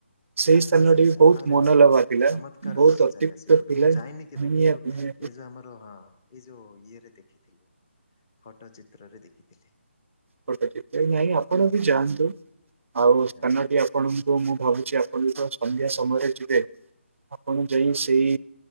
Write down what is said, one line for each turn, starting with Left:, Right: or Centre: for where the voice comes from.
Right: ସେଇ
Left: ଆଚ୍ଛା
Right: ସ୍ଥାନଟି
Left: ଆଚ୍ଛା ଆଛା
Right: ବହୁତ
Left: ଆରେ
Right: ମନୋଲୋଭା
Left: ବାପରେ ବାପ।
Right: ଥିଲା
Left: ଚମତ୍କାର
Right: ବହୁତ ଅତ୍ୟୁକ୍ତ
Left: ଜାଗା ସେଏ ଗୋଟେ
Right: ଥିଲା।
Left: ମୁଁ ଯାଇନି କେବେ
Right: ନିହାତି
Left: କିନ୍ତୁ ଏଇ
Right: ନିହାତି
Left: ଯୋଉ ଆମର, ହଁ ଏଇ ଯୋଉ ଇଏରେ ଦେଖିଥିଲି, ଫଟୋ ଚିତ୍ରରେ ଦେଖିଥିଲି।
Right: <unintelligible> ନାଇଁ ଆପଣ ବି ଯାଆନ୍ତୁ, ଆଉ ସ୍ଥାନଟି
Left: ହଁ ହଁ
Right: ଆପଣଙ୍କୁ ମୁଁ ଭାବୁଚି ଆପଣ ଯେତେବେଳେ ସନ୍ଧ୍ୟା ସମୟରେ ଯିବେ, ଆପଣ ଯେଇ
Left: ହଁ ହଁ
Right: ସେଇ